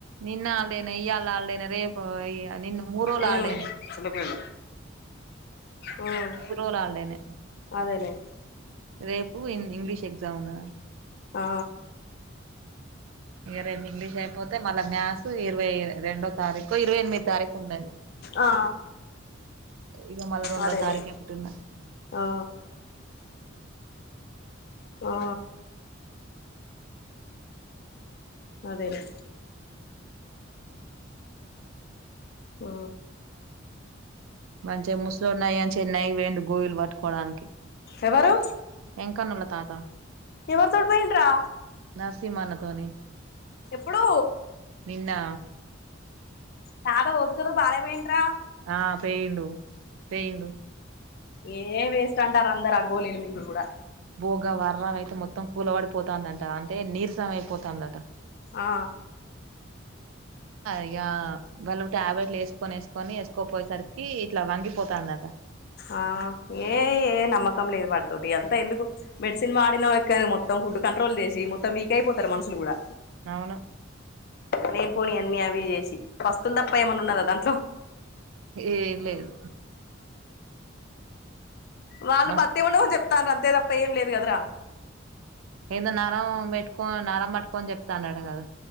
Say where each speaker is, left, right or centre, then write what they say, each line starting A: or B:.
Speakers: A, on the right; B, on the left.
A: నిన్న హాలిడే నే ఇయ్యాల ఈరోజు హాలిడే రేపు మూడు రోజులు
B: ఉమ్
A: హాలిడేనే
B: ఉమ్
A: మూరోజులు హాలిడేనే
B: అదేలే
A: రేపు ఇన్ ఇంగ్లీష్ ఎగ్జామ్ ఉన్నదా
B: ఆ
A: ఇగా రేపు ఇంగ్లీష్ అయిపోతే మళ్ళ మ్యాథ్స్ ఇరవై రెండో తారీఖు ఇంకో ఇరవై ఎనిమిది తారీఖు ఉన్నది
B: ఆ
A: ఇక మళ్ళీ రెండో
B: అదేలే
A: తారీఖు ఒకటి ఉన్నది
B: ఆ ఆ అదేలే ఆ
A: మంచిగా ముస్లున్నాయ అని చెన్నై పోయిండు గోయిల్ వట్టుకోడానికి
B: ఎవరు
A: వెంకన్న వాళ్ళ తాత
B: ఎవరితోటి పోయిండ్రా
A: నర్స్ మనతోని
B: ఎప్పుడు
A: నిన్న
B: తాత ఓపికతోని బానే పోయిండురా
A: ఆ పోయిండు పోయిండు
B: ఏ వేస్ట్ అంటారు అందరు ఆ గోలీలుమింగుడు కూడా
A: భోగా వర్రంమే అయితే మొత్తం కూలవడిపోతందంట అంటే నీరసం అయిపోతందట
B: ఆ
A: ఇగ వాళ్ళు టాబ్లెట్లు వేసుకొని వేస్క్ కొని వేసుకోపోయేసరికి ఇట్ల వంగిపోతందట
B: ఆ ఏ ఏ నమ్మకం లేదు వాడితోటి అంతా ఎందుకు మెడిసిన్ వాడిన ఎక్కనే మొత్తం ఫుడ్ కంట్రోల్ చేసి మొత్తం వీక్ అయిపోతరూ మనుషులు కూడా
A: అవును
B: లేని పోనీ అన్ని అవి చేసి పస్తులు తప్ప ఏమైన్నా ఉన్నదా దాంట్లో
A: ఏం లేదు
B: వాళ్ళు
A: మస్
B: పత్తేం ఉండమని చెప్తల్లు అంతే తప్ప ఏం లేదు కదరా
A: ఏదో నరం పెట్టుకో నరం పట్టుకోని చెప్తాండట కదా